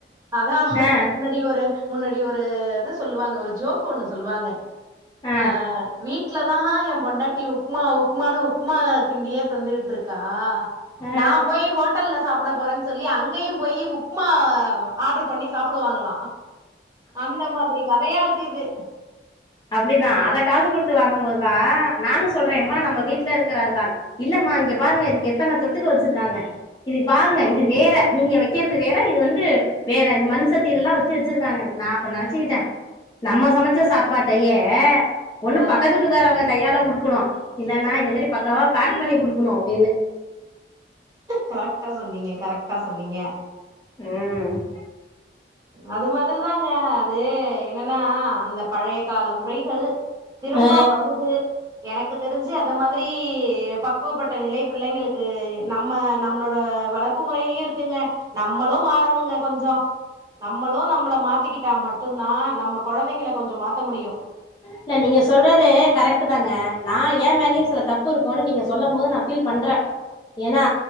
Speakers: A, on the right (about 20°); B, on the left (about 25°).
A: அதா
B: ஆ
A: முன்ன ஒரு முன்னாடி ஒரு இது சொல்லுவாங்க ஒரு ஜோக்கு ஒண்ணு சொல்லுவாங்க
B: ஆ
A: அ வீட்டு வீட்ல தான் என் பொண்டாட்டி உப்புமா உப்புமானான்னு உப்மா கிண்டியே தந்துட்டு இருக்கா
B: ஆ
A: நா போய் ஹோட்டல்ல சாப்ட போறேன்னு சொல்லி அங்கேயும் போய் உப்மா ஆர்டர் பண்ணி சாப்டுவாங்களா அந்த மாதிரி கதையா இருக்கு இது
B: அப்டிதான் அத காசு குடுத்து வாங்கும் போதுதான் நானும் சொல்றேன் மா நம்ம வீட்ல இருக்கற அதுதா இல்லம்மா இங்க பாருங்க இதுக்கு எத்தன தொட்டுக்க வச்சுருக்காங்க இதுக்கு பாருங்க இது வேற நீங்க வக்கிறது வேற இது வந்து வேற இது மண் சட்டியில எல்லாம் வச்சு வச்சுருக்காங்க நான் நெனச்சக்கிட்டேன் நம்ம சமைச்ச சாப் பாட்டையே ஒண்ணு
A: ஆ
B: பக்கத்துவீட்டுக்காரவங்க கையால குடுக்கணும் இல்லன்னா இத மாரி பக்கவா பேக் பண்ணி கூடுக்கணும் அப்டின்னு
A: கரெக்டா சொன்னீங்க கரெக்டா சொன்னீங்க
B: உம்
A: அது மாதிரிதாங்க அது என்னன்னா அந்த பழைய கால முறைகள் திரும்ப
B: ஆ
A: வருது எனக்கு தெரிஞ்சு அந்த மாதிரி பக்குவப்பட்ட நிலை பிள்ளைங்களுக்கு நம்ம நம்மளோட வளர்ப் க்கு மொறையிலயு இருக்குங்க நம்மளும் மாறணுங்க கொஞ்சோ நம்மளு நம்மள மாத்திக்கிட்டா மட்டுந்தா நம்ம கொழந்தைங்கள கொஞ்சம் மாத்த முடியும்
B: இல்ல நீங்க சொல்றது கரெக்ட் தாங்க நா ஏன் மேலயு சில தப்புருக்குனு நீங்க சொல்லம் போது நா ஃபீல் பண்றே ஏன்னா